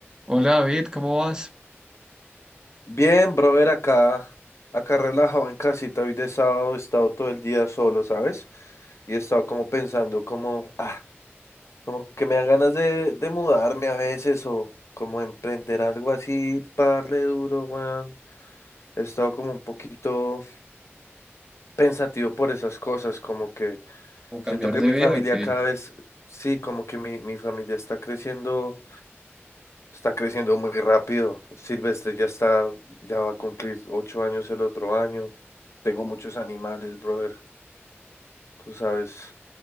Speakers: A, on the right (about 15°); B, on the left (about 85°).
A: Hola David, ¿cómo vas?
B: Bien, brother, acá, acá relajado en casita, hoy de sábado he estado todo el día solo, ¿sabes? Y he estado como pensando, como, ah, como que me dan ganas de, de mudarme a veces o como emprender algo así, parle duro, weón. He estado como un poquito pensativo por esas cosas, como que
A: ¿O cambiar
B: siento que
A: de
B: mi
A: vida
B: familia
A: o qué?
B: cada vez, sí, como que mi, mi familia está creciendo Está creciendo muy rápido. Silvestre ya está, ya va a cumplir ocho años el otro año. Tengo muchos animales, brother, tú sabes.